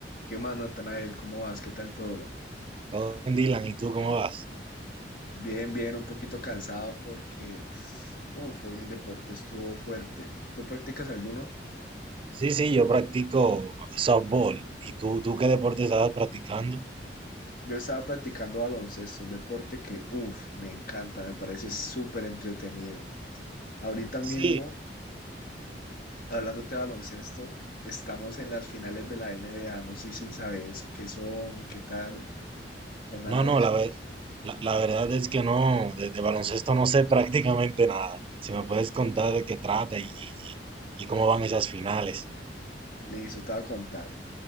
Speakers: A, on the left (about 55°); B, on the right (about 30°).
A: ¿Qué más, Natanael? ¿Cómo vas? ¿Qué tal todo?
B: Todo bien, Dylan, ¿y tú cómo vas?
A: Bien, bien, un poquito cansado porque, uff, hoy el deporte estuvo fuerte. ¿Tú practicas alguno?
B: Sí, sí, yo practico softball. ¿Y tú, tú qué deporte estabas practicando?
A: Yo estaba practicando baloncesto, un deporte que, uff, me encanta, me parece súper entretenido. Ahorita mismo,
B: Sí.
A: hablándote de baloncesto, estamos en las finales de la NBA, no sé si sabes qué son, qué tal o nada
B: No,
A: de
B: no,
A: eso.
B: la, ve- la, la verdad es que no, de, de baloncesto no sé <laughs> prácticamente nada. Si me puedes contar de qué trata y, y, y cómo van esas finales.
A: Listo, te voy a contar.